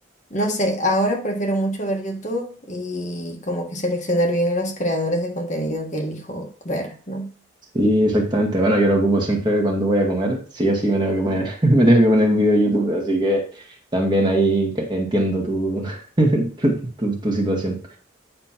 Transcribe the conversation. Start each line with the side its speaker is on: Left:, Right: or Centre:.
Left: No sé, ahora prefiero mucho ver YouTube y como que seleccionar bien a los creadores de contenido que elijo ver, ¿no?
Right: Sí, exactamente. Bueno, yo lo ocupo siempre cuando voy a comer. Sí o sí me tengo que poner, <laughs> me tengo que poner un video de YouTube, así que también ahí ca- entiendo tu, <laughs> tu, tu- tu situación.